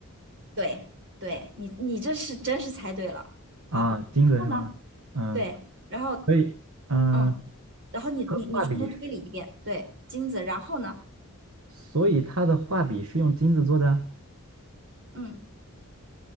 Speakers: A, on the right; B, on the right.
A: 对，对你你这是真是猜对了。好，
B: 啊，金子是吗？
A: 然后呢？
B: 嗯，
A: 对，然后
B: 所以嗯，
A: 嗯，然后你你你从头推理一遍，
B: 画笔。
A: 对，金子，然后呢？
B: 所以他的画笔是用金子做的啊，
A: 嗯。